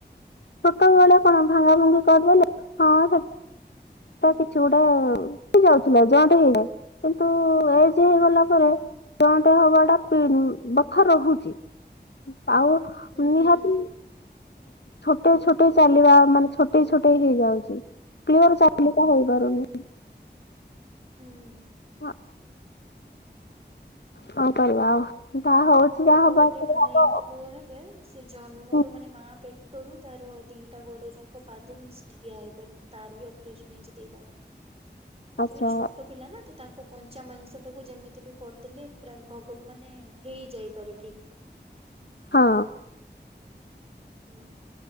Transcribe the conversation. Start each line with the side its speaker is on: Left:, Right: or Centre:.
Left: ଛୋଟ ବେଳେ କଣ ଭାଙ୍ଗା ଭୁଙ୍ଗି କରିଦେଲେ ହଁ
Right: ହୁଁ
Left: ତା କିଛି ଗୋଟେ ହେଇ ଯାଉଥିଲା ଜଏଣ୍ଟ ହେଇଯାଏ କିନ୍ତୁ ହେଇଗଲା
Right: ହୁଁ
Left: ପରେ। ଜଏଣ୍ଟ ହବା ଟା <inaudible> ରହୁଛି। ଆଉ ନିହାତି
Right: ହୁଁ
Left: ଛୋଟେଇ ଛୋଟେଇ ଚାଲିବା ମାନେ ଛୋଟେଇ ଛୋଟେଇ ହେଇଯାଉଛି।
Right: ହୁଁ
Left: <unintelligible> ହେଇପାରୁନି।
Right: ହୁଁ ହୁଁ।
Left: ହଁ। କଁ କରିବା ଆଉ। ଯାହା ହଉଛି
Right: ଆମର
Left: ଯାହା
Right: ପା
Left: ହବା
Right: ଗୋଟେ
Left: କଥା
Right: ଭାଇଙ୍କ
Left: ହବ ଆଉ।
Right: ପୁଅ ହେବେ ସେ ଜନ୍ମରୁ
Left: ହୁଁ,
Right: ମାନେ ମା ପେ ପେଟରୁ ତାର ଦିଟା ଗୋଡ ଯାଙ୍କ ପାଦ ମିନ୍ସ ଠିଆ ହେଇପାରୁନି ତାର ବି ଅପ୍ରେସନ ହେଇଛି ଦିଟା ଗୋଡ।
Left: ଆଚ୍ଛା
Right: ସେ ବି ଛୋଟ ପିଲା ନା ତ ତାଙ୍କ କଞ୍ଚା ମାଂସ ଟାକୁ ଯେମିତି ବି କରିଦେଲେ ପୁର ଭଗବ ମାନେ ହେଇ ଯାଇପାରେ ଠିକ୍।
Left: ହଁ।
Right: ହୁଁ।